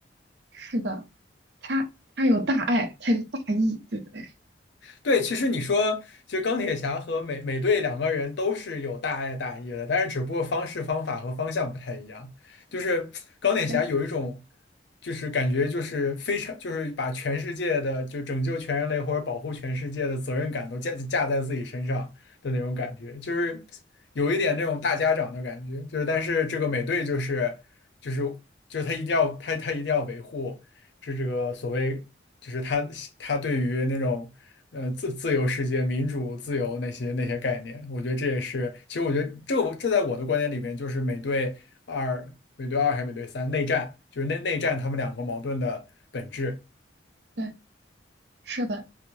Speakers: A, on the right; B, on the left.
A: 是的，他他有大爱，他有大义，对不对？
B: 对，其实你说，其实钢铁侠和美美队两个人都是有大爱大义的，但是只不过方式方法和方向不太一样。就是钢铁侠有一种，
A: 对。
B: 就是感觉就是非常就是把全世界的就拯救全人类或者保护全世界的责任感都架架在自己身上的那种感觉，就是有一点那种大家长的感觉。就是但是这个美队就是就是就是他一定要他他一定要维护。是这个所谓就是他他对于那种呃自自由世界、民主、自由那些那些概念，我觉得这也是，其实我觉得这我这在我的观点里面，就是美队二、美队二还是美队三内战，就是内内战他们两个矛盾的本质。
A: 对是的，